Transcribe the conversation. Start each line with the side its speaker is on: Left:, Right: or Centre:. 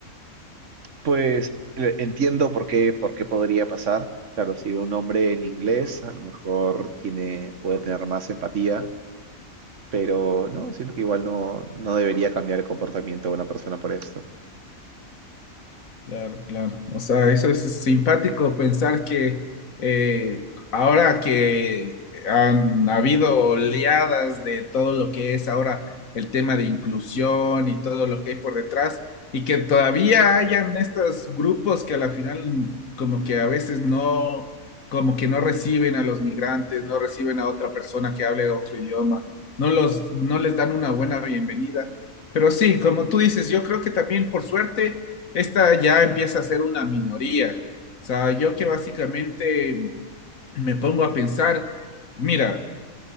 Right: Pues le- entiendo por qué, por qué podría pasar. Claro, si ve un hombre en inglés, a lo mejor tiene, puede tener más empatía, pero no, siento que igual no, no debería cambiar el comportamiento de una persona por esto.
Left: Claro, claro. O sea, eso es simpático pensar que eh, ahora que han habido oleadas de todo lo que es ahora el tema de inclusión y todo lo que hay por detrás, y que todavía hayan estos grupos que a la final como que a veces no, como que no reciben a los migrantes, no reciben a otra persona que hable otro idioma, no los, no les dan una buena bienvenida. Pero sí, como tú dices, yo creo que también por suerte esta ya empieza a ser una minoría. O sea, yo que básicamente me pongo a pensar, mira,